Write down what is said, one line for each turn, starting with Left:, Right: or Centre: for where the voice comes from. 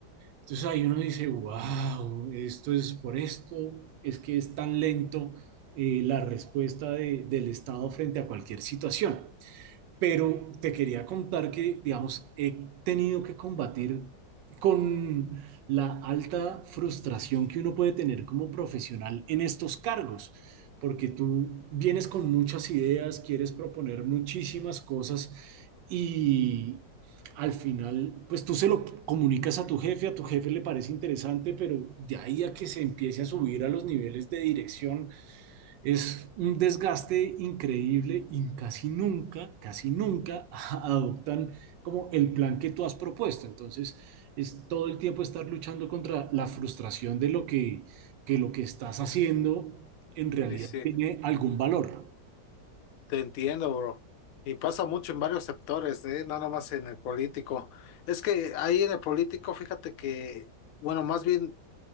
Right: entonces ahí uno dice, wow, esto es por esto, es que es tan lento eh, la respuesta de- del Estado frente a cualquier situación. Pero te quería contar que, digamos, he tenido que combatir con la alta frustración que uno puede tener como profesional en estos cargos, porque tú vienes con muchas ideas, quieres proponer muchísimas cosas y al final, pues tú se lo comunicas a tu jefe, a tu jefe le parece interesante, pero de ahí a que se empiece a subir a los niveles de dirección, es un desgaste increíble y casi nunca, casi nunca <laughs> adoptan como el plan que tú has propuesto. Entonces, es todo el tiempo estar luchando contra la frustración de lo que, que lo que estás haciendo en realidad
Left: Sí, sí,
Right: tiene algún valor.
Left: te entiendo, bro. Y pasa mucho en varios sectores, ¿eh? No nada más en el político. Es que ahí en el político, fíjate que, bueno, más bien,